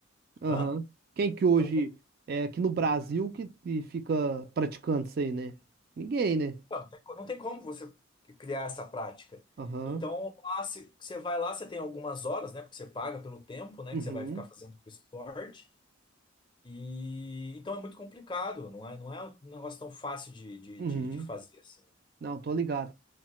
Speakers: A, on the right; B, on the left.
A: Aham.
B: hã?
A: Quem que hoje
B: Então,
A: é aqui no Brasil que, que fica praticando isso aí, né? Ninguém, né?
B: não tem não tem como você criar essa prática.
A: Aham.
B: Então, lá, se, você vai lá, você tem algumas horas, né? Porque você paga pelo tempo, né?
A: Uhum.
B: Que você vai ficar fazendo o esporte. E então é muito complicado, não é, não é um negócio tão fácil de, de,
A: Uhum.
B: de, de fazer assim.
A: Não, tô ligado.